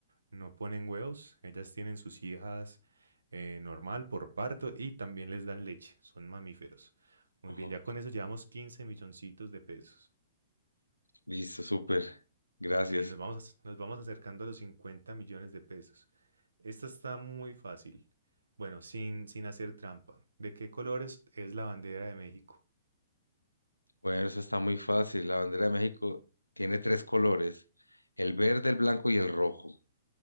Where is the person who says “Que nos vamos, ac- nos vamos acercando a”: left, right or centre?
Right